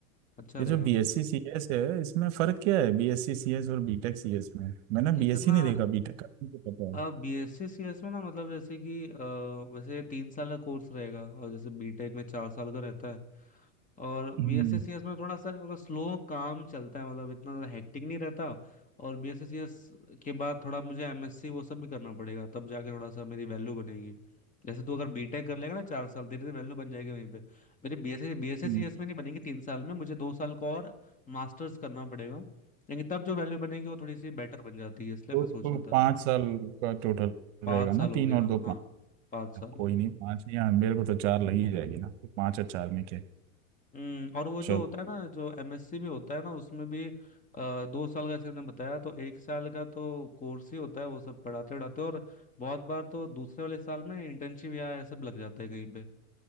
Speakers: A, on the left; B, on the right.
A: अच्छा
B: ये
A: रहेगा
B: जो B
A: ठीक
B: S C C S है इसमें फर्क क्या है B S C C S और बी टेक सी एस में मैंने
A: है
B: बी
A: इतना
B: एस सी नहीं देखा
A: हम्म,
B: बी टेक का मुझे पता है
A: अब बीएससी सीएस में ना मतलब जैसे कि अ, वैसे तीन साल का कोर्स रहेगा और जैसे बीटेक में चार साल का रहता है और
B: हम्म,
A: बीएससी सीएस में थोड़ा सा मतलब स्लो काम चलता है मतलब इतना ज़्यादा हेक्टिक नहीं रहता और बीएससी सीएस के बाद थोड़ा मुझे एमएससी वो सब भी करना पड़ेगा तब जाके थोड़ा सा मेरी वैल्यू बनेगी जैसे तू अगर बीटेक कर लेगा ना चार साल तेरी तो वैल्यू बन जाएगी वहीं पे मेरी बीएससी बीएससी
B: हम्म।
A: सीएस में नहीं बनेगी तीन साल में मुझे दो साल का और मास्टर्स करना पड़ेगा लेकिन तब जो वैल्यू बनेगी वो थोड़ी सी बेटर बन जाती है इसलिए
B: तो,
A: मैं सोच
B: तो
A: रहा
B: पाँच
A: था
B: साल का टोटल
A: पाँच
B: रहेगा ना
A: साल हो
B: तीन
A: गया
B: और दो
A: हाँ
B: पाँच
A: पाँच साल
B: कोई
A: हो गया
B: नहीं पाँच नहीं हाँ, मेरे को तो चार लग ही जाएगी ना तो पाँच और चार में क्या है?
A: हम्म और वो
B: चल
A: जो होता है ना जो एमएससी में होता है ना उसमें भी अ, दो साल का जैसे हमने बताया तो एक साल का तो कोर्स ही होता है वो सब पढ़ाते पढ़ाते और बहुत बार तो दूसरे वाले साल में इंटर्नशिप या ये सब लग जाता है कहीं पे